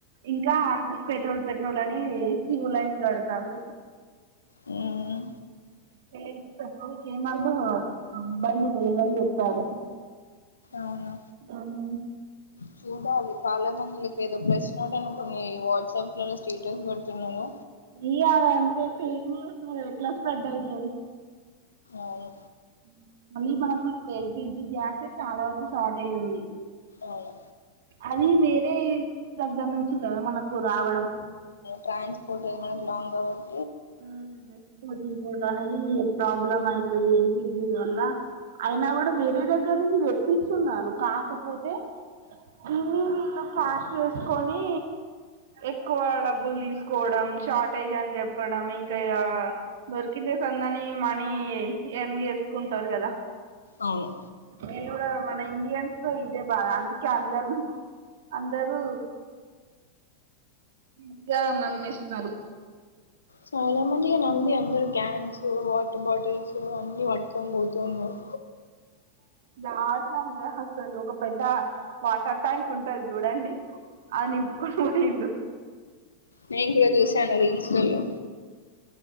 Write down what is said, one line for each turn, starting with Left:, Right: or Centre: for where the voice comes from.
Right: ఇంకా పెట్రోల్ పెట్రోల్ అని ఫ్యూ లైన్స్ గడతాడు.
Left: మ్మ్
Right: హుహ్ ఏది చెప్పరు కేమంతో బల్లి లేదన్ని జేపారు. హు
Left: అవునా
Right: దమే
Left: చూడాలి పాలా మంది పేదో ప్రశ్నోట్ అనుకుని వాట్సాప్ లలో స్టేటస్ పెడుతున్నారు.
Right: ఇయాదంతే ఫేక్ న్యూస్ మరి ఎట్లా స్ప్రెడ్ అయితది.
Left: అవును
Right: హు మళ్ళీ మనకు ఇప్పుడు ఎల్పిజి గ్యాసే చాలా వరకు షార్టేజ్ ఉంది.
Left: అవును
Right: అది వేరే దగ్గర నుంచి కదా మనకు రావడం.
Left: ట్రాన్స్పోర్టో మనక్ లాంగ్ అవడ్
Right: హు ఎస్పోట్ ఇంపోట్ అనేది ప్రాబ్లమ్ అయితది ఎల్పిజి వల్ల అయినా గూడా వేరే దగ్గర నుంచి వెప్పిసున్నారు కాకపోతే ఇన్ని వీళ్ళు క్యాచ్ చేసుకొని ఎక్కువ డబ్బులు దీసుకోవడం షార్టేజ్ ఆన్ జేప్ పడం ఇంకా ఇగా దొరికిందే సందని మనీ ఎర్న్ చేసుకుంటారు కదా
Left: అవును
Right: వీళ్ళు కూడా మన ఇండియన్స్ తో ఇదే బాధ అందుకే అందరు అందరూ ఇద్యా నమిస్తరు.
Left: చాలా మంది ఇగా నమ్మి అందరు క్యాన్సు వాటర్ బాటిల్స్ అన్ని వాట్ కోన్ బోతు ఉన్నార్.
Right: ధర్నాగా అసలు ఒక పెద్ద వాటర్ ట్యాంక్ ఉంటద్ జూడండి. అది నింపుకొని పోయిండు.
Left: నేన్ కూడా చూసాను రీల్స్ లలో